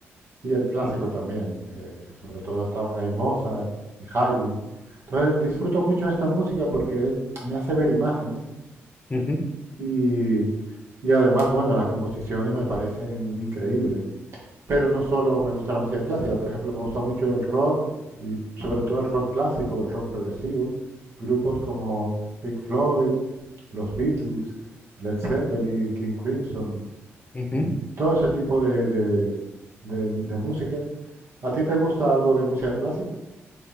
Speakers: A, on the right (about 55°); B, on the left (about 25°).
A: y el clásico
B: ujú,
A: también, eh, que sobre todo estaban ahí Mozart y Haydn. Entonces disfruto mucho esta música porque es- me hace ver imágenes
B: ujú.
A: Y, y además, bueno, las composiciones me parecen increíbles. Pero no solo me gusta la música clásica, por ejemplo, me gusta mucho el rock y sobre todo el rock clásico, el rock progresivo. Grupos como Pink Floyd, los Beatles, Led Zeppelin, King Crimson,
B: ujú.
A: mm, todo ese tipo de, de- de- de música. ¿A ti te gusta algo de música clásica?